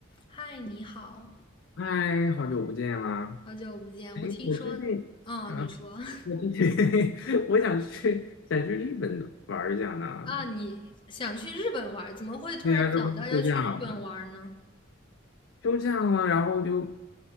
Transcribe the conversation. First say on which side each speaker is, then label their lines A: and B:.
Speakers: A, on the left; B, on the left.
A: 嗨，你好，
B: 嗨，好久不见啦！
A: 好久不见。
B: 哎，
A: 我听说，
B: 我最近，
A: 啊，
B: 啊，
A: 你说 <laughs>
B: 我最近 <laughs> 我想去想去日本玩一下呢。
A: 啊，你想去日本玩儿，怎么会突然想到要去日本玩儿呢？
B: 对呀，这不是休假了吗？休假了，然后就